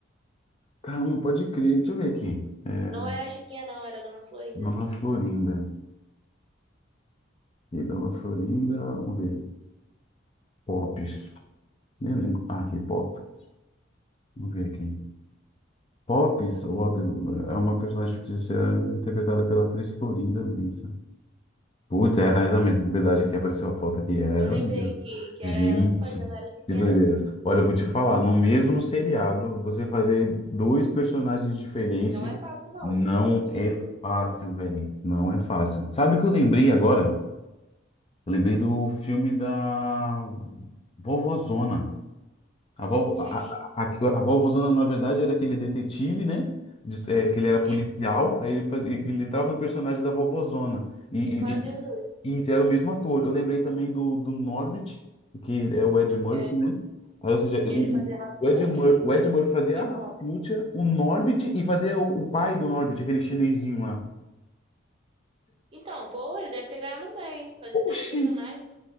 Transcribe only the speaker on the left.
Caramba, pode crer. Deixa eu ver aqui. É,
Dona Florinda. E Dona Florinda, vamos ver. Pops. Nem lembro. Ah, aqui, Pops. Vamos ver aqui. Pops, ou Ops, é uma personagem fictícia interpretada pela atriz Florinda Mesa. Putz, era ela
mesmo, de verdade, aqui apareceu a foto aqui, era ela
mesmo.
Gente,
que doideira.
Olha, eu vou te falar, no mesmo seriado, você fazer dois personagens diferentes
não
é
fácil,
velho. Não é fácil. Sabe o que eu lembrei agora? Eu lembrei do filme da Vovozona. A, vovó,
a, a, a a Vovozona, na verdade, era aquele detetive, né? Diz- é, que ele era
policial, aí ele, fazia, ele entrava no personagem da Vovozona. E,
isso, era o mesmo ator. Eu lembrei também do, do Norbit, que é o Ed Murphy,
né? Aí, ou seja,
o,
o,
o Ed Mur, o Ed Murphy fazia
a Rasputia,
o Norbit e fazia o, o pai do Norbit, aquele chinesinho lá.
Oxi!